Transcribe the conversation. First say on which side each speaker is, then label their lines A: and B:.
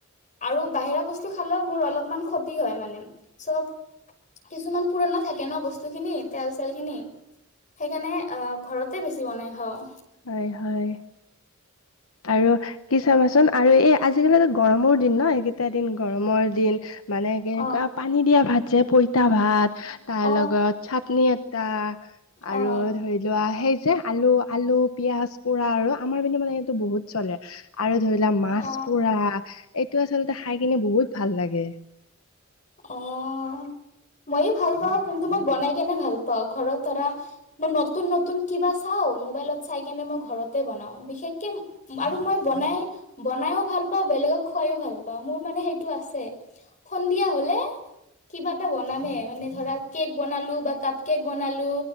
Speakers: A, on the left (about 35°); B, on the left (about 75°).
A: আৰু বাহিৰা বস্তু খালেও মোৰ অলপমান খত তি হয় মানে চব কিছুমান পুৰণা থাকে ন বস্তুখিনি, তেল-চেলখিনি। সেইকাণে আ ঘৰতে বেছি বনাই খাওঁ।
B: হয়, হয়। আৰু কি চাবাচোন আৰু এই আজি-কালিতো গৰমৰ দিন ন? এইকেইটা দিন গৰমৰ দিন। মানে কেনেকুৱা
A: অ',
B: পানী দিয়া ভাত যে পঁইতা ভাত, তাৰ
A: অ',
B: লগত চাটনি এটা আৰু
A: অ',
B: ধৰি লোৱা সেই যে আলু, আলু, পিয়াঁজ পোৰা আৰু আমাৰ পিনে মানে টো বহুত চলে আৰু ধৰি লোৱা মাছ
A: অ',
B: পুৰা এইটো আচলতে খাই কিনে বহুত ভাল লাগে।
A: অ', মইও ভাল পাওঁ, কিন্তু মই বনাই কেনে ভাল পাওঁ ঘৰত ধৰা মই নতুন-নতুন কিবা চাঁও, মোবাইলত চাই কেনে মই ঘৰতে বনাইও। বিশেষকে আৰু মই বনাই বনাইও ভাল পাওঁ, বেলেগক খুৱাইও ভাল পাওঁ, মোৰ মানে সেইটো আছে। সন্ধিয়া হলে তে কিবা এটা বনামে মানে ধৰা কে'ক বনালো বা কাপ কে'ক বনালো।